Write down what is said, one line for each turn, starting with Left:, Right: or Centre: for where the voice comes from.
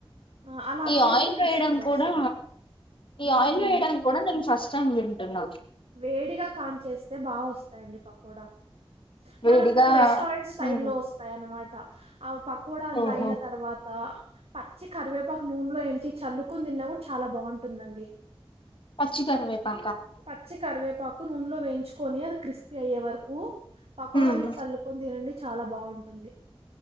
Right: ఆ! అలా
Left: ఈ
Right: చేస్తే
Left: ఆయిల్
Right: క్రిస్పీగొస్తాయి.
Left: వేయడం కూడా ఈ ఆయిల్
Right: హ్మ్.
Left: వేయడానికి కూడా నేను ఫస్ట్ టైం వి టున్న
Right: వేడిగా కాన్ చేేస్తే బాగా వస్తాయండి పకోడా
Left: వేడిగా
Right: మనకు రెస్టారెంట్ స్టైల్
Left: ఉమ్,
Right: లో వస్తాయి అన్నమాట త ఆ పకోడా అంత
Left: ఓహో
Right: అయిన తర్వాత పచ్చి కరివేపాకు నూనెలో వంచి చల్లుకుొని తిన్నా కూడా చాలా బాగుంటుందండి
Left: పచ్చిికరీవే పా
Right: పచ్చి కరివేపాకు క్కు నూనెలో వేయించుకొని అది క్రిస్పీ అయ్యే వరకు పకోడా
Left: ఉమ్,
Right: మీద చల్లుకొని తినండి చాలా బావుంటుంది